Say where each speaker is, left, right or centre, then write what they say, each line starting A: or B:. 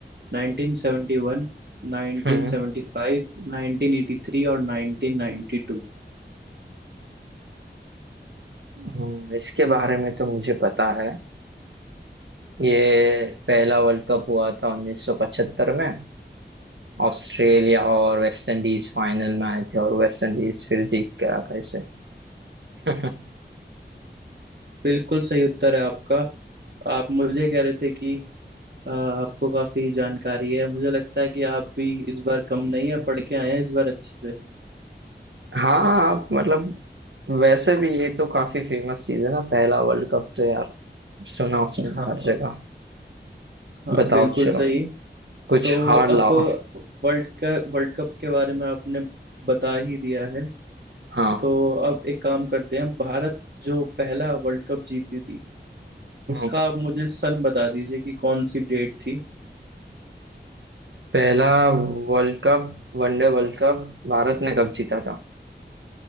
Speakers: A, on the right; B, on the right.
A: 1971 1975
B: हम्म
A: 1983 और 1992
B: हम्म, इसके बारे में तो मुझे पता है ये पहला वर्ल्ड कप हुआ था 1975 में ऑस्ट्रेलिया और वेस्ट इंडीज फाइनल में आए थे और वेस्ट इंडीज फिर जीत गया था इसे <laughs>
A: बिल्कुल सही उत्तर है आपका आप मुझे कह रहे थे कि अ, आपको काफी जानकारी है मुझे लगता है कि आप भी इस बार कम नहीं है पढ़ के आए हैं इस बार अच्छे से
B: हाँ आप मतलब वैसे भी ये तो काफी फेमस चीज है ना पहला वर्ल्ड कप तो यार सुना सुना
A: हाँ
B: है हर जगह
A: हाँ
B: बताओ
A: बिल्कुल
B: चलो
A: सही
B: कुछ
A: तो
B: हार
A: अब
B: लाओ
A: वर्ल्ड का वर्ल्ड कप के बारे में आपने बता ही दिया है
B: हाँ
A: तो अब एक काम करते हैं भारत जो पहला वर्ल्ड कप जीती थी उसका
B: हम्म।
A: आप मुझे सन बता दीजिए कि कौन सी डेट थी
B: पहला world cup one day world cup Bharat ने कब जीता था